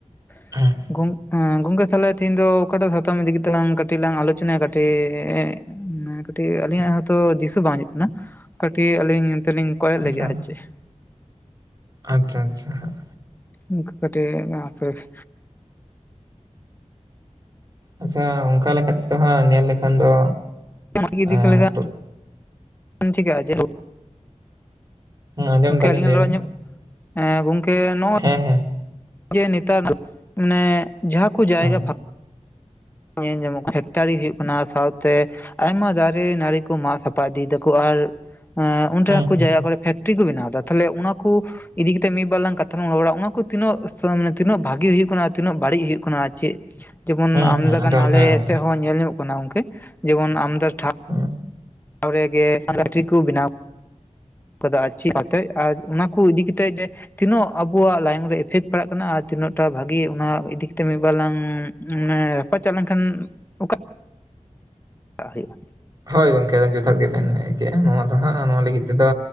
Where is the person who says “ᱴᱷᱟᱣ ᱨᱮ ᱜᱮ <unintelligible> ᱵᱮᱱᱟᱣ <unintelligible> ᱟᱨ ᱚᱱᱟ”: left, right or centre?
Left